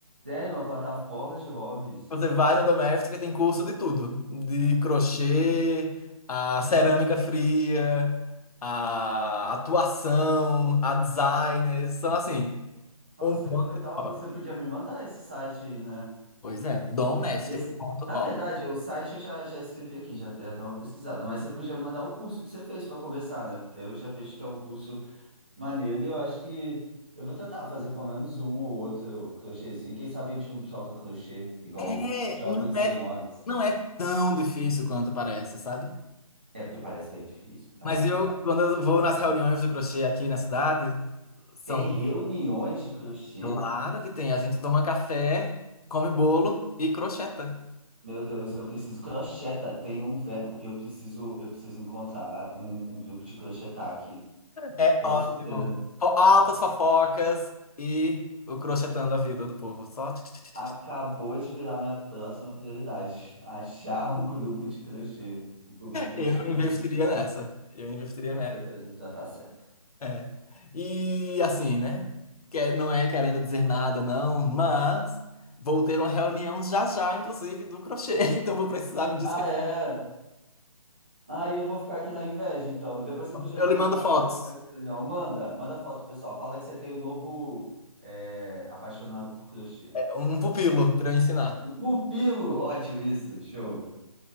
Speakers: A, on the right (about 15°); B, on the left (about 85°).
A: Sério, uma plataforma de hobbies.
B: Você vai no Domestika, e tem curso de tudo. De crochê, a cerâmica fria, a atuação, a designer. São assim,
A: Nossa,
B: um monte
A: que legal.
B: de obras.
A: Você podia me mandar esse site aí, né?
B: Pois é, Doméstica
A: E esse...
B: domestika.org.
A: Na verdade, o site eu já, já escrevi aqui, já dei até uma pesquisada, mas você podia me mandar o curso que você fez para começar, né? Daí eu já vejo que é um curso maneiro e eu acho que eu vou tentar fazer pelo menos um ou outro crochêzinho. Quem sabe a gente não troca crochê igual
B: É,
A: jovens
B: não
A: senhoras.
B: é, não é tão difícil quanto parece, sabe?
A: É porque parece bem difícil, não parece
B: Mas eu,
A: fácil.
B: quando eu vou nas reuniões do crochê aqui na cidade, são,
A: Tem reuniões de crochê.
B: claro que tem, a gente toma café, come bolo e crocheta.
A: Meu Deus, eu preciso. Crocheta, tem um verbo. Eu preciso, eu preciso encontrar um, um grupo de crochetar aqui.
B: É
A: Com
B: ótimo.
A: certeza.
B: Fo- Altas fofocas e o crochetando a vida do povo. Só. tch, tch, tch, tch,
A: Acabou
B: tch.
A: de virar minha próxima prioridade. Achar um grupo de crochê. Um clube de crochê.
B: Eu
A: aqui
B: investiria
A: na minha cidade.
B: nessa. Eu investiria
A: Com
B: nessa.
A: certeza, já tá certo.
B: É. E assim, né? Que é, não é querendo dizer nada, não, mas vou ter uma reunião já já, inclusive, do crochê. <laughs> Então vou precisar me despedir.
A: Ah, é. Aí eu vou ficar aqui na inveja, então. Depois você podia
B: Eu
A: me
B: lhe
A: contar
B: mando fotos.
A: como é que foi essa reunião. Manda, manda foto, pessoal. Fala que você tem o um novo é, apaixonado por crochê.
B: É, Um pupilo para eu ensinar.
A: O Pupilo! Ótimo isso, show.